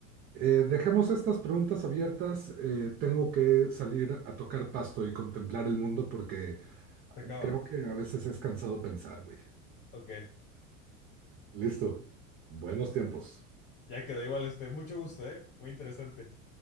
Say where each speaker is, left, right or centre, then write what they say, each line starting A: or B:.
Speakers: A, on the right; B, on the left.
A: Eh, dejemos estas preguntas abiertas. eh, tengo que salir a tocar pasto y contemplar el mundo porque
B: Se acaba.
A: creo que a veces es cansado pensar, güey.
B: Ok.
A: Listo. Buenos tiempos.
B: Ya quedó igual, este, mucho gusto, ¿eh? Muy interesante.